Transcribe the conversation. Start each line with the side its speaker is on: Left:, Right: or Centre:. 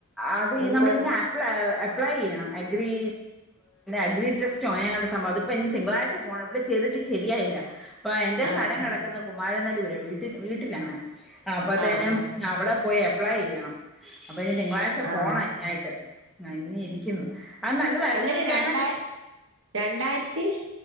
Centre: അത്
Right: ഇമ്മൻ
Centre: നമ്മൾന്നെ അപ്ലൈ അപ്ലൈ ചെയ്യണം അഗ്രി അഗ്രി ടെസ്റ്റോ അങ്ങനെങ്ങാണ്ട് സംഭവം അതിപ്പോ ഇനി തിങ്കളാഴ്ച പോണം ഇവിടെ ചെയ്തിട്ട് ശരിയായില്ല. ഇപ്പ എന്റെ
Right: ആഹ്
Centre: സ്ഥലം കിടക്കുന്നെ കു മാരനല്ലൂരാ വീട്ടിൽ വീട്ടിലാണ്. അപ്പത്തേനും
Right: ആഹ് ആഹ്
Centre: അവിടെ പോയി അപ്ലൈ ചെയ്യണം. അപ്പ ഇനി തിങ്കളാഴ്ച
Right: ആഹ്
Centre: പോണം അതിനായിട്ട് <unintelligible> ഇങ്ങനെ ഇരിക്കുന്നു അത് നല്ലതായിരുന്നു
Right: അങ്ങനെ
Centre: ഞാൻ വേണെങ്കി
Right: രണ്ടായിര രണ്ടായിരത്തി